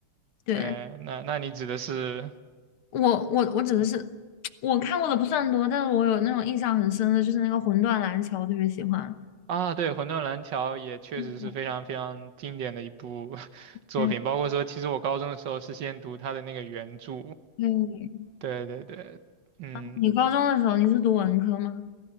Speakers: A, on the left (about 75°); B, on the right (about 60°).
A: 对
B: 对，那那你指的是？
A: 我我我指的是我看过的不算多，但是我有那种印象很深的，就是那个《魂断蓝桥》，我特别喜欢。
B: 啊，对，《魂断蓝桥》也确实是非常非常经典的一部
A: 嗯
B: <laughs> 作品，
A: 对
B: 包括说，其实我高中的时候是先读它的那个原著，
A: 对，
B: 对对对，嗯，
A: 啊你高中的时候你是读文科吗？